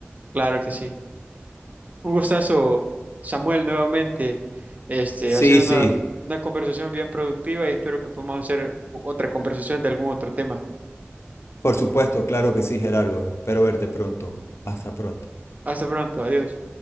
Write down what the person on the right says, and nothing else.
Claro que sí. Un gustazo, Samuel, nuevamente. Este,
ha sido
una, una conversación bien productiva y espero que podamos hacer o- otra conversación de algún otro tema.
Hasta pronto, adiós.